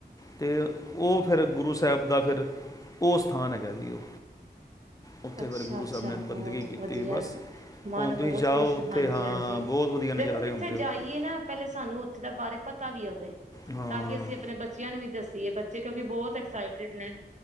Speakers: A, on the left; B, on the right.
A: ਤੇ ਉਹ ਫਿਰ ਗੁਰੂ ਸਾਹਿਬ ਦਾ ਫਿਰ ਉਹ ਸਥਾਨ ਹੈਗਾ ਜੀ ਉਹ ਉੱਥੇ
B: ਅੱਛਾ
A: ਫਿਰ ਗੁਰੂ
B: ਅੱਛਾ
A: ਸਾਹਿਬ ਨੇ
B: ਬਹੁਤ
A: ਬੰਦਗੀ ਕੀਤੀ
B: ਵਧੀਆ
A: ਬਸ
B: ਮਨ
A: ਹੁਣ ਤੁਸੀਂ
B: ਬਹੁਤ
A: ਜਾਓ
B: ਖੁਸ਼
A: ਉੱਥੇ
B: ਏ, ਹਾਂਜੀ
A: ਹਾਂ
B: ਹਾਂਜੀ
A: ਬਹੁਤ ਵਧੀਆ ਨਜ਼ਾਰੇ
B: ਦੇਖੋ ਕਿੱਥੇ
A: ਹੁੰਦੇ ਉੱਥੇ
B: ਜਾਈਏ ਨਾ ਪਹਿਲੇ ਸਾਨੂੰ ਉੇਥੇ ਦੇ ਬਾਰੇ ਪਤਾ ਵੀ ਹੋਵੇ
A: ਹਾਂ ਹਮ,
B: ਤਾਂ ਕਿ ਅਸੀਂ ਆਪਣੇ ਬੱਚਿਆਂ ਨੂੰ ਵੀ ਦਸੀਏ ਬੱਚੇ ਕਿਉਂਕਿ ਬਹੁਤ ਐਕਸਾਈਟਿਡ ਨੇ